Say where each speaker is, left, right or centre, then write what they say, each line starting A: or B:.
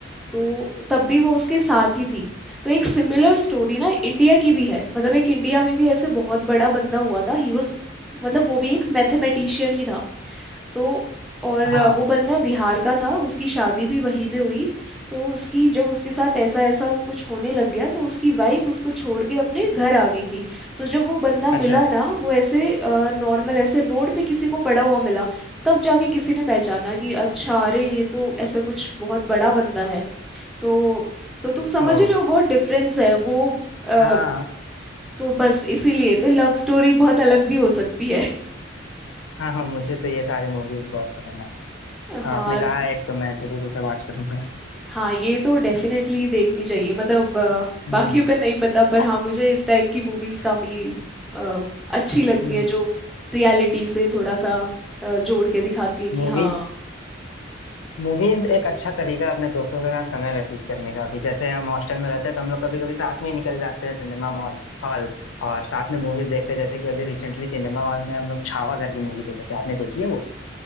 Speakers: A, in the centre; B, on the left.
A: तो तब भी वो उसके साथ ही थी तो एक सिमिलर स्टोरी ना इंडिया की भी है मतलब एक इंडिया में भी ऐसे बहुत बड़ा बंदा हुआ था ही वॉज मतलब वो भी एक मैथमेटिशियन ही था तो और
B: हाँ
A: वो बंदा बिहार का था उसकी शादी भी वहीं पे हुई तो उसकी जब उसके साथ ऐसा ऐसा कुछ होने लग गया तो उसकी वाइफ उसको छोड़ के अपने घर आ गई थी तो जब वो बंदा मिला
B: अच्छा
A: ना वो ऐसे नॉर्मल ऐसे रोड पे किसी को पड़ा हुआ मिला तब जाके किसी ने पहचाना कि अच्छा अरे ये तो ऐसा कुछ बहुत बड़ा बंदा है तो तो तुम समझ
B: ओ
A: रहे हो बहुत डिफरेंस है वो अ,
B: हाँ
A: तो बस इसीलिए तो लव स्टोरी बहुत अलग भी हो सकती है
B: हाँ हाँ मुझे तो ये सारे मूवीज बहुत पसंद है
A: <laughs> हाँ
B: आपने कहा है एक तो मैं जरूर उसे वॉच करूंगा
A: हाँ ये तो डेफिनेटली देखनी चाहिए मतलब अ,
B: हम्म
A: बाकियों का नहीं पता पर
B: अ-
A: हाँ मुझे इस टाइप की मूवीज काफी अ, अच्छी लगती
B: हम्म
A: है जो रियलिटी से थोड़ा सा अ, जोड़ के दिखाती है कि
B: मूवीज
A: हाँ
B: मूवीज एक अच्छा तरीका है अपने दोस्तों के साथ समय व्यतीत करने का भी जैसे हम हॉस्टल में रहते हैं तो हम लोग कभी कभी साथ में ही निकल जाते हैं सिनेमा मॉल हॉल और साथ में मूवीज देखते हैं जैसे कि अभी रिसेंटली सिनेमा हॉल में हम लोग छावा करके मूवी देखे थे आपने देखी है वो